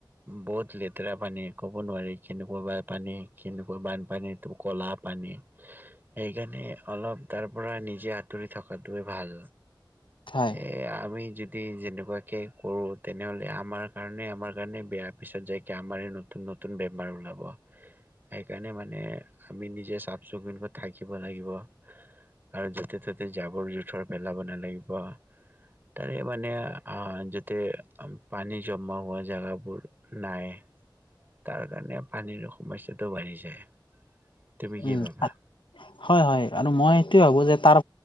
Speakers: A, on the right (about 25°); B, on the left (about 80°).
A: বহুত লেতেৰা পানী ক'ব নোৱাৰি কেনেকুৱা বানপানী কেনেকুৱা বানপানী কলাপ পানী সেইকাৰণে অলপ তাৰ পৰা নিজে আঁতৰি থকাতোৱে ভাল
B: হয়
A: এ আমি যদি যেনেকুৱাকে কৰো তেনেহলে আমাৰ কাৰণে আমাৰ কাৰণে বেয়াৰ পিছত যাইক আমাৰে নতুন নতুন বেমাৰ ওলাব সেইকাৰণে মানে আমি নিজে চাফ চিকুণক থাকিব লাগিব আৰু য'তে ত'তে জাবৰ জোথৰ পেলাব নালাগিব তাৰে মানে আ যতে পানী জমা হোৱা জেগাবোৰ নাই তাৰ কাৰণে পানীৰ সমস্যাটো বাঢ়ি যায় তুমি কি
B: উম
A: ভাবা
B: হয় হয় আৰু মই এইটোয়ে ভাবো যে াৰ